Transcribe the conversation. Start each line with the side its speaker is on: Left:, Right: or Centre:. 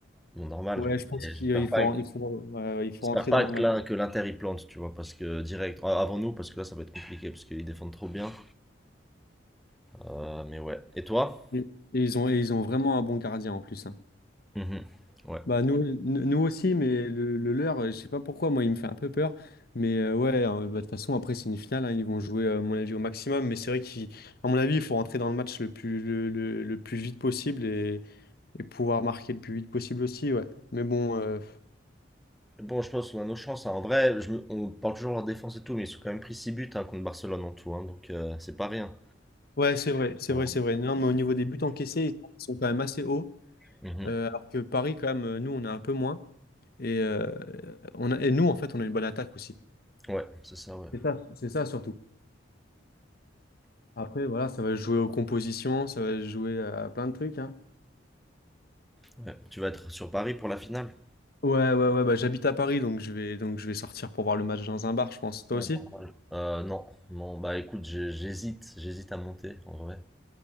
Centre: Bon, normal.
Left: Ouais, je pense
Centre: Mais
Left: qu'il
Centre: J'espère
Left: il faut,
Centre: pas,
Left: il faut, euh, il faut
Centre: j'espère
Left: rentrer
Centre: pas
Left: dans
Centre: que
Left: le match.
Centre: l'in- que l'Inter y plante, tu vois, parce que direct, ah, avant nous, parce que là, ça va être compliqué, parce qu'ils défendent trop bien. Euh, mais ouais. Et toi?
Left: Et ils ont, et ils ont vraiment un bon gardien en plus. hein.
Centre: Mhm. Ouais.
Left: Bah nous, nous nous aussi, mais le, le leur, euh, je sais pas pourquoi, moi il me fait un peu peur. Mais euh, ouais, hein, bah, de toute façon, après c'est une finale, hein, ils vont jouer, euh, à mon avis, au maximum. Mais c'est vrai qu'à mon avis, il faut rentrer dans le match le plus, le, le- le plus vite possible et, et pouvoir marquer le plus vite possible aussi, ouais. Mais bon, euh,
Centre: Bon, je pense qu'on a nos chances. hein. En vrai, je me- on parle toujours de leur défense et tout, mais ils sont quand même pris 6 buts hein, contre Barcelone en tout, hein, donc euh, c'est pas rien.
Left: ouais, c'est vrai, c'est
Centre: Euh,
Left: vrai, c'est vrai. Non, mais au niveau des buts encaissés, ils sont quand même assez hauts.
Centre: Mhm.
Left: euh, alors que Paris, quand même, euh, nous, on a un peu moins. Et, euh, on a, et nous, en fait, on a une bonne attaque aussi.
Centre: ouais, c'est ça, ouais.
Left: C'est ça, c'est ça surtout. Après, voilà, ça va se jouer aux compositions, ça va se jouer à plein de trucs, hein.
Centre: Ouais. Tu vas être sur Paris pour la finale?
Left: Ouais, ouais, ouais, bah, j'habite à Paris, donc je vais, donc je vais sortir pour voir le match dans un bar, je pense. Toi
Centre: Ouais,
Left: aussi?
Centre: normal. Euh, non, non, bah écoute, j'ai- j'hésite, j'hésite à monter en vrai.